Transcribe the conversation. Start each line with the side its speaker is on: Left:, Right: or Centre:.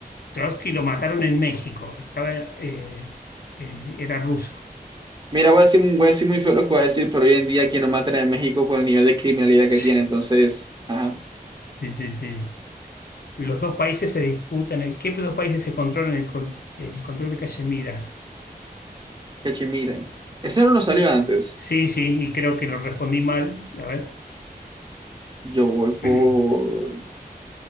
Left: Trotsky lo mataron en México. Estaba, eh, eh, era ruso.
Right: Mira, voy a decir, voy a decir muy feo lo que voy a decir, pero hoy en día aquí no matan en México con el nivel de criminalidad
Left: <laughs>
Right: que tiene. Entonces, ajá,
Left: Sí, sí, sí. Los dos países se disputan el, ¿qué dos países se controlan el, con- el control de Cachemira?
Right: que mira. Ese no lo salió antes.
Left: Sí, sí, y creo que lo respondí mal. A ver.
Right: Yo voy por...
Left: <clears throat>